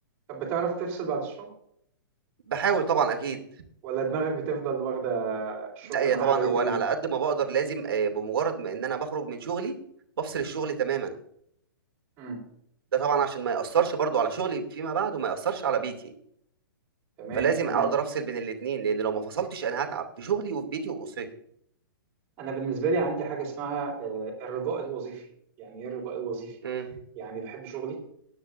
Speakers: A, on the right; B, on the right.
A: طب بتعرف تفصل بعد الشغل
B: باحاول طبعًا أكيد،
A: ولا دماغك بتفضل واخدة الشغل
B: لأ هي
A: معاها
B: طبعًا
A: بقية
B: هو
A: اليوم
B: أنا على قد ما باقدر لازم آآ بمجرد ما إن أنا باخرج من شغلي، بافصل الشغل تمامًا،
A: امم
B: ده طبعًا عشان ما يأثّرش برضه على شغلي فيما بعد وما يأثّرش على بيتي.
A: تمام
B: فلازم
A: تمام
B: اقدر افصل بين الاثنين لان لو ما فصلتش انا هتعب في شغلي وفي بيتي واسرتي
A: أنا بالنسبة لي عندي حاجة اسمها آه، الرضاء الوظيفي يعني إيه الرضاء الوظيفي؟
B: امم
A: يعني بحب شغلي